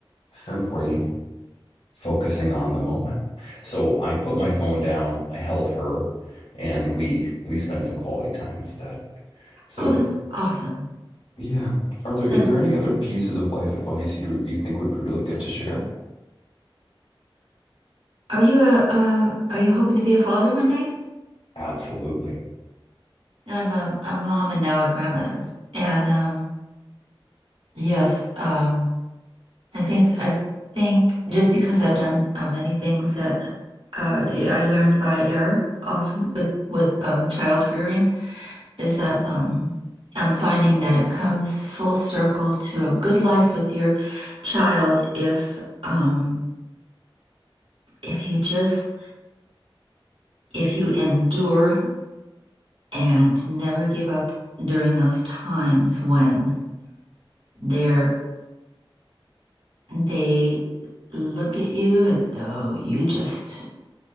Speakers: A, on the left (about 75°); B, on the right (about 80°).
A: simply focusing on the moment. So I put my phone down, I held her, and we we spent some quality time instead. So
B: Oh, that's awesome.
A: yeah, are there is
B: That
A: there any other pieces of life advice you you think would be really good to share?
B: are you a uh, are you hoping to be a father one day?
A: Absolutely.
B: I'm a, a mom and now a grandmother. And um, yes, um, I think I think just because I've done uh, many things that uh, I learned by error often with with um, child rearing is that um, I'm finding that it comes full circle to a good life with your child if um, if you just if you endure and never give up during those times when they're They look at you as though you just